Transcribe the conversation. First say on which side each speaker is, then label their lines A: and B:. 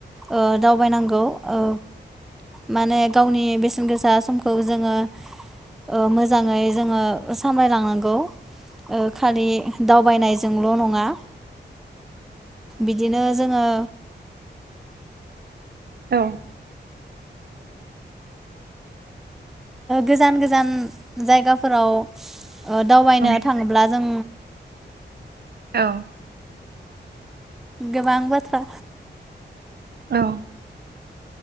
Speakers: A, in the centre; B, on the right.
A: ओ दावबायनांगौ ओ माने गावनि बेसेन गोसा समखौ जोङो ओ मोजाङै जोङो सामलायलांनांगौ ओ खालि दावबायनाय जोंल' नङा बिदिनो जोङो
B: औ
A: गोजान गोजान जायगाफोराव दावबायनो
B: औ
A: थाङोब्ला जों
B: औ
A: गोबां बाथ्रा
B: औ